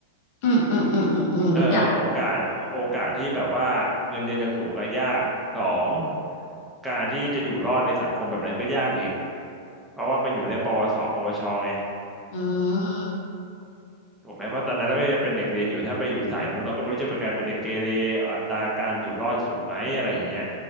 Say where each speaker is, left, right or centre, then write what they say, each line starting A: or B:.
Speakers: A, on the left; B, in the centre.
A: อืมอืมอืมอืมอืมรู้จัก
B: เอออโอกาสโอกาสที่แบบว่าเงินเดือนจะสูงก็ยากสองการที่จะอยู่รอดในสังคมแบบนั้นก็ยากอีกเพราะว่าเป็นอยู่ในปวสปวชไง
A: อืม
B: ถูกไหมเพราะตอนนั้นเราก็ยังเป็นเด็กเรียนอยู่ถ้าไปอยู่สายนู้นเราก็ไม่รู้จะไปกลายเป็นเด็กเกเรอัตราการอยู่รอดสูงไหมอะไรอย่างเงี้ย